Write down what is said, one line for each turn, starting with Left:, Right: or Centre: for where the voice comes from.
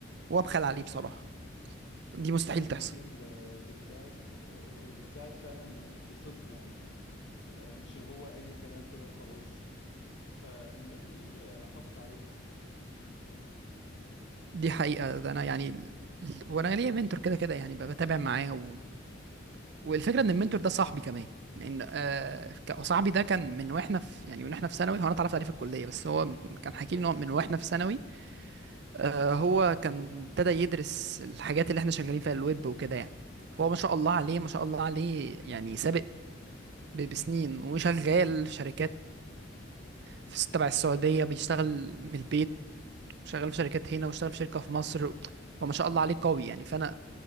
Right: وابخل عليه بصراحه دي مستحيل
Left: في ناس
Right: تحصل
Left: كتير آه، بتساعد آه، وبتساعد فعلا بصدق يعني آه، مش اللي هو أي كلام كده وخلاص فالناس دي آه، حافظ عليها يعني
Right: دي حقيقه
Left: لأنه
Right: ده انا يعني ال- ال- وانا ليا منتور كده كده يعني ب- بتابع معاه و... والفكره ان المنتور ده صاحبي كمان لان آه ك- صاحبي ده كان من واحنا في يعني من واحنا في ثانوي هو انا اتعرفت عليه في الكليه بس هو
Left: والله
Right: كان
Left: طب
Right: حكي
Left: كويس
Right: لي ان هو من واحنا في ثانوي آه، هو كان ابتدى يدرس الحاجات اللي احنا شغالين فيها الويب وكده يعني فهو ما شاء الله عليه ما شاء الله عليه يعني سابق ب- بسنين وشغال في شركات في س- تبع السعودية بيشتغل من البيت شغال في شركات هنا واشتغل في شركة في مصر فما شاء الله عليه قوي يعني فأنا